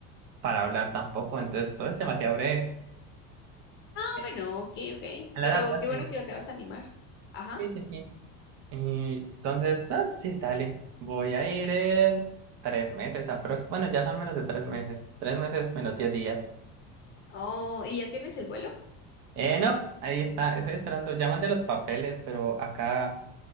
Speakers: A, on the right (about 55°); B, on the left (about 30°).
A: para hablar tampoco. Entonces, todo es demasiado breve.
B: Ah,
A: Eh,
B: bueno, okay, okay.
A: A la
B: Pero
A: larga,
B: qué
A: sí.
B: bueno que te vas a animar. Ajá.
A: Sí, sí, sí. Y entonces, ah, sí, dale. Voy a ir en tres meses aprox. Bueno, ya son menos de tres meses. Tres meses menos diez días.
B: Oh, ¿y ya tienes el vuelo?
A: Eh, no, ahí está, estoy esperando. Llaman de los papeles, pero acá